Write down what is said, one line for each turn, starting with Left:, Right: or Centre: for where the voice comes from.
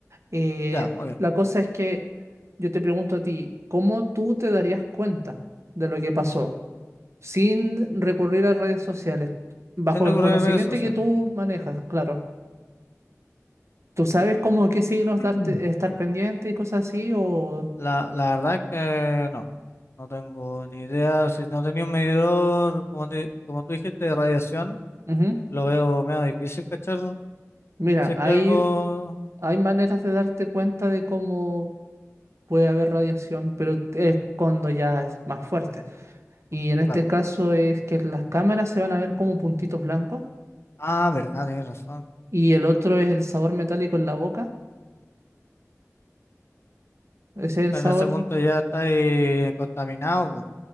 Right: Eh,
Left: Ya, ok.
Right: la cosa es que yo te pregunto a ti, ¿cómo tú te darías cuenta de lo que pasó sin recurrir a redes sociales? Bajo
Left: Sin ocurrir
Right: el conocimiento
Left: a redes sociales.
Right: que tú manejas, claro. ¿Tú sabes cómo qué signos
Left: <clears throat>
Right: darte, estar pendiente y cosas así? O...
Left: La, la verdad es que no, no tengo ni idea. Si no tenía un medidor, como, te- como tú dijiste, de radiación,
Right: Ujú.
Left: lo veo medio difícil cachar.
Right: Mira,
Left: Si es
Right: hay,
Left: que algo,
Right: hay maneras de darte cuenta de cómo puede haber radiación, pero es cuando ya es más fuerte. Y en este
Left: claro.
Right: caso es que las cámaras se van a ver como puntitos blancos
Left: Ah, verdad, tienes razón.
Right: y el otro es el sabor metálico en la boca. Ese es el
Left: Pero
Right: sabor.
Left: en ese punto ya está ahí contaminado, po.